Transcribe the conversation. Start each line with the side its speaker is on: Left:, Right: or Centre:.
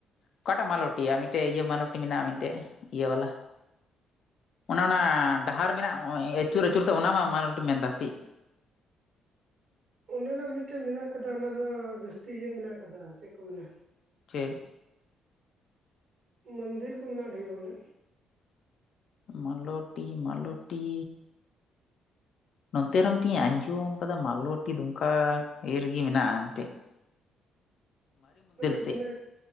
Left: ᱚᱠᱟᱴᱟᱜ ᱢᱟᱞᱚᱴᱤᱭᱟ ᱢᱤᱴᱮᱜ ᱤᱭᱟᱹ ᱢᱟᱞᱚᱴᱤ ᱢᱤᱫᱴᱮᱡ ᱤᱭᱟᱹ ᱵᱟᱞᱟ᱾ ᱚᱱᱟ ᱚᱱᱟ ᱰᱟᱦᱟᱨ ᱢᱮᱱᱟᱜ ᱟᱹᱪᱩᱨ ᱟᱹᱪᱩᱨ ᱛᱮ ᱚᱱᱟ ᱢᱟ ᱢᱟᱞᱚᱴᱤᱜ ᱢᱮᱱ ᱫᱟ ᱥᱮ ᱥᱤᱜ
Right: ᱚᱸᱰᱮ ᱱᱟᱜ ᱢᱤᱫᱴᱮᱡ ᱢᱮᱱᱟᱜ ᱟᱠᱟᱫᱟ ᱚᱱᱟ ᱫᱚ ᱡᱟᱹᱥᱛᱤ ᱤᱭᱟᱹ ᱢᱮᱱᱟᱜ ᱟᱠᱟᱫᱟ ᱪᱮᱫ ᱠᱚ ᱢᱮᱱᱟ᱾
Left: ᱪᱮ
Right: ᱢᱚᱱᱫᱤᱨ ᱠᱚ ᱢᱮᱱᱟᱜ-ᱟ ᱰᱷᱤᱨ ᱵᱚᱞᱮ᱾
Left: ᱢᱟᱞᱚᱴᱤ ᱢᱟᱞᱚᱴᱤ ᱱᱚᱛᱮ ᱨᱮᱦᱚᱸ ᱢᱤᱫᱴᱡ ᱤᱧ ᱟᱸᱡᱚᱢ ᱟᱠᱟᱫᱟ ᱢᱟᱞᱚᱴᱤ ᱫᱩᱢᱠᱟ ᱤᱭᱟᱹ ᱨᱮᱜᱮ ᱢᱮᱱᱟᱜ-ᱟ ᱮᱱᱛᱮᱡ᱾
Right: ᱮ ᱵᱷᱟᱜᱱᱟ
Left: ᱥᱮᱫ